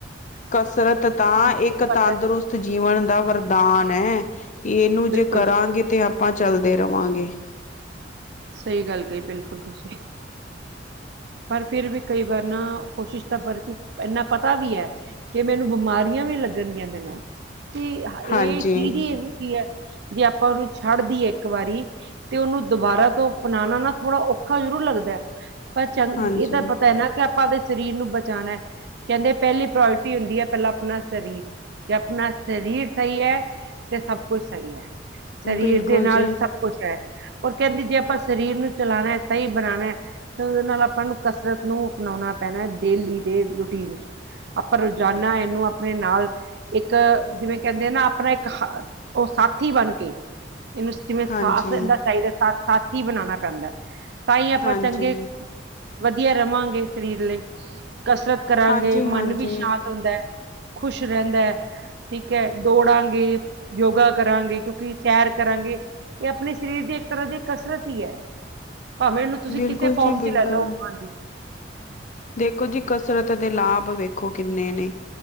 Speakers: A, on the left; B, on the right.
A: ਕਸਰਤ ਤਾਂ
B: ਵੀ
A: ਇੱਕ
B: ਪਤਾ
A: ਤੰਦਰੁਸਤ
B: ਹੈ।
A: ਜੀਵਨ ਦਾ ਵਰਦਾਨ ਐ। ਏਨੂੰ ਜੇ
B: ਬਿਲਕੁਲ
A: ਕਰਾਂਗੇ
B: ਜੀ
A: ਤੇ ਅਪਾਂ ਚੱਲਦੇ ਰਵਾਂਗੇ।
B: ਸਹੀ ਗੱਲ ਕਹੀ ਬਿਲਕੁਲ ਤੁਸੀਂ। ਪਰ ਫਿਰ ਵੀ ਕਈ ਵਾਰ ਨਾ ਕੋਸ਼ਿਸ਼ ਤਾਂ ਪਰਤੂ ਏਨਾ ਪਤਾ ਵੀ ਐ। ਕਿ ਮੈਨੂੰ ਬਿਮਾਰੀਆਂ ਵੀ ਲੱਗਣ ਗੀਆਂ ਐਦੇ ਨਾਲ ਤੇ
A: ਹਾਂਜੀ,
B: ਏਹ ਚੀਜ ਹੀ ਏਹੋ ਜੀ ਹੈ। ਜੇ ਆਪਾਂ ਔਨੂੰ ਛੱਡਦੀਏ ਇੱਕ ਵਾਰੀ ਤੇ ਔਨੂੰ ਦੁਬਾਰਾ ਤੋਂ ਅਪਣਾਣਾ ਨਾ ਥੋੜ੍ਹਾ ਔਖਾ ਜ਼ਰੂਰ ਲੱਗਦੈ। ਪਰ ਚੰਗ
A: ਹਾਂਜੀ,
B: ਏਹ ਤਾਂ ਪਤਾ ਏ ਨਾ ਕਿ ਆਪਾਂ ਅਪਣੇ ਸਰੀਰ ਨੂੰ ਬਚਾਣੈ। ਕੈੰਦੇ ਐ ਪੈਲੀ ਪ੍ਰੋਰਿਟੀ ਹੁੰਦੀ ਹੈ, ਪੈਲਾਂ ਅਪਣਾ ਸਰੀਰ। ਜੇ ਅਪਣਾ ਸਰੀਰ ਸਹੀ ਐ ਤੇ ਸਭ ਕੁੱਛ ਸਹੀ ਐ। ਸਰੀਰ
A: ਬਿਲਕੁਲ
B: ਦੇ ਨਾਲ
A: ਜੀ,
B: ਸਬ ਕੁਛ ਹੈ ਪਰ ਕੈੰਦੀ ਜੇ ਅਪਾਂ ਸਰੀਰ ਨੂੰ ਚਲਾਣੈ, ਸਹੀ ਬਣਾਣੈ ਓਦੇ ਨਾਲ ਆਪਾਂ ਨੂੰ ਕਸਰਤ ਨੂੰ ਅਪਣੋਣਾ ਪੈਣੈ, ਦੇਲੀ ਦੇ ਰੂਟੀਨ ਚ‌। ਆਪਾਂ ਰੋਜ਼ਾਨਾ ਏਨੂੰ ਆਪਣੇ ਨਾਲ ਇੱਕ ਜਿਵੇਂ ਕੈੰਦੇ ਐ ਨਾ ਆਪਣਾ ਇੱਕ ਹਾ ਉਹ ਸਾਥੀ ਬਣ ਕੇ, ਇਹਨੂੰ ਜਿਵੇਂ ਸਾਥ
A: ਹਾਂਜੀ।
B: ਦਿੰਦਾ <unintelligible> ਸਾ ਸਾਥੀ ਬਣਾਣਾ ਪੈਂਦਾ ਤਾਂ ਹੀ ਆਪਾਂ
A: ਹਾਂਜੀ,
B: ਚੰਗੇ ਵਧੀਆ ਰਵਾਂਗੇ ਸਰੀਰ ਲਈ ਕਸਰਤ ਕਰਾਂਗੇ
A: ਹਾਂਜੀ, ਹਾਂਜੀ।
B: ਮਨ ਵੀ ਸ਼ਾਂਤ ਹੁੰਦਾ ਖੁਸ਼ ਰਹਿੰਦਾ। ਠੀਕ ਹੈ ਦੌੜਾਂਗੇ, ਯੋਗਾ ਕਰਾਂਗੇ ਕਿਉਂਕਿ ਸੈਰ ਕਰਾਂਗੇ ਇਹ ਆਪਣੇ ਸਰੀਰ ਦੀ ਇੱਕ ਤਰ੍ਹਾਂ ਦੀ ਕਸਰਤ ਹੀ ਹੈ। ਭਾਵੇਂ ਇਹਨੂੰ ਤੁਸੀਂ
A: ਬਿਲਕੁਲ
B: ਕਿਸੇ ਫੋਰਮ
A: ਜੀ ਬਿਲਕੁਲ,
B: ਚ ਲੈ ਲਓ ਹਾਂਜੀ।
A: ਦੇਖੋ ਜੀ ਕਸਰਤ ਦੇ ਲਾਭ ਵੇਖੋ ਕਿੰਨੇ ਨੇ।